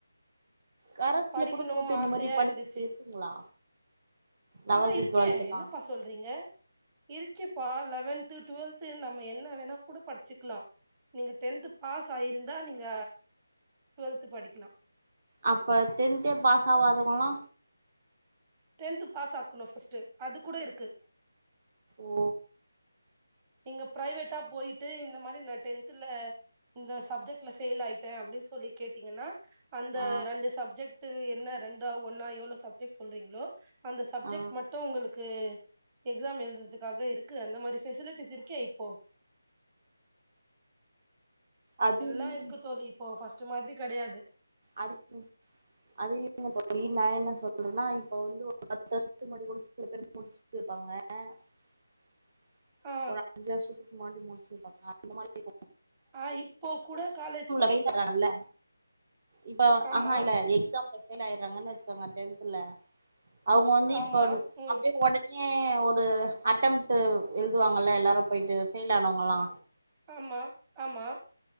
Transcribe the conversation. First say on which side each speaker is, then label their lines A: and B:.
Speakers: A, on the right (about 40°); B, on the right (about 15°).
A: கரஸ்ல
B: படிக்கணும்
A: கூட போட்டு இந்த
B: ஆசையா
A: மாரி படிக்கிறது
B: இருந்துச்சு
A: இருக்குங்களா லெவல்த்து
B: ஆ இருக்கேன்
A: டுவெல்த்துலா
B: என்னப்பா சொல்றீங்க இருக்கேப்பா லவென்து டுவெல்த்து நம்ம என்ன வேணா கூட படிச்சுக்கலாம் நீங்க டென்த் பாஸ் ஆயிருந்தா நீங்க டுவெல்த் படிக்கலா
A: அப்ப டென்த்தே பாசாவாதங்களா
B: டென்த்து பாஸ் ஆக்கணு ஃபர்ஸ்டு அது கூட இருக்கு
A: ஓ
B: நீங்க பிரைவேட்டா போயிட்டு இந்த மாரி நா டென்த்ல இந்த சப்ஜெக்ட்ல ஃபெயில் ஆயிட்டே அப்படின் சொல்லி கேட்டீங்கன்னா அந்த
A: ஆ
B: ரெண்டு சப்ஜெக்ட் து என்ன ரெண்டா ஒன்னா எவ்வளோ சப்ஜெக்ட் சொல்றீங்களோ அந்த சப்ஜெக்ட்
A: ஆ
B: மட்டு உங்களுக் க்கு எக்ஸாம் எழுதுதுக்காக இருக்கு அந்த மாரி பெசிலிட் ட்டிஸ் இருக்கே இப்போ
A: அது
B: எல்லா
A: இல்லைங்க
B: இருக்கு தோழி இப்போ ஃபர்ஸ் சு மாதிரி கிடையாது
A: அது அது இல்லைங்க தோழி நா என்ன சொல்றேன்னா இப்ப வந்து ஒரு பத்து வருஷத்து முன்னாடி கூட சில பேரு <inaudible>
B: ஆ
A: ஒரு அஞ்சு வருஷத்து முன்னாடி முடிச்சு அந்த மாதிரி
B: ஆ இப்போ கூட காலேஜ் படிக்கலா
A: ஃபெயில் ஆயிடுறாங்கல்ல இப்ப
B: ஆமா
A: ஆ ஆ இல்ல எக்ஸாம் <unintelligible> பெயில் ஆயறாங்கன்னு வச்சுக்கோங்க டென்துல அவங்க வந்து
B: ஆமா
A: இப்ப
B: ம்
A: அப்படியே உடச் ஏ ஒரு அட்டம்டு எழுதுவாங்கல்ல எல்லாரு போயிட்டு ஃபெயில் ஆனவங்கல்லா
B: ஆமா ஆமா